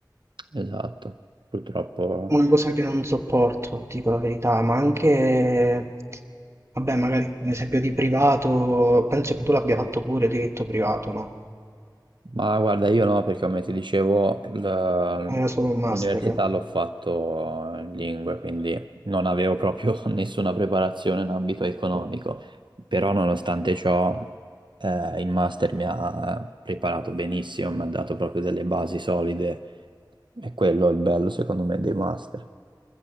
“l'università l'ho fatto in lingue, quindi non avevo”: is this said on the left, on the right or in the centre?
Right